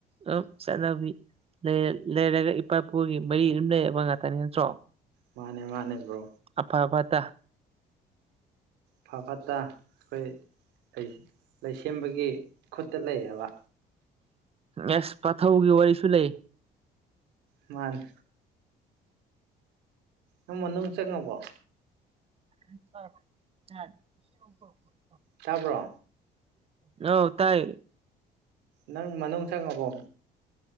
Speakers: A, on the right (about 35°); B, on the right (about 85°).
A: ꯑꯗꯨꯝ ꯆꯠꯅꯕꯤ ꯂꯩꯔꯒ ꯏꯄꯥ ꯏꯄꯨꯒꯤ ꯃꯔꯤ ꯑꯗꯨꯝ ꯂꯩꯔꯕ ꯉꯥꯛꯇꯅꯤ ꯅꯠꯇ꯭ꯔꯣ
B: ꯃꯥꯅꯦ ꯃꯥꯅꯦ ꯕ꯭ꯔꯣ
A: ꯑꯐ ꯑꯕꯠꯇ
B: ꯐꯥ ꯐꯠꯇ ꯑꯩꯈꯣꯏ ꯂꯩꯁꯦꯝꯕꯒꯤ ꯈꯨꯠꯇ ꯂꯩꯌꯦꯕ
A: ꯑꯦꯁ ꯄꯥꯊꯧꯒꯤ ꯋꯥꯔꯤꯁꯨ ꯂꯩ
B: ꯃꯥꯅꯦ ꯅꯃ ꯅꯨꯡ ꯆꯪꯉꯕꯣ
A: ꯐ
B: ꯆꯥꯕ꯭ꯔꯣ
A: ꯅ ꯇꯥꯏ
B: ꯅꯪ ꯃꯅꯨꯡ ꯆꯪꯉꯕꯣ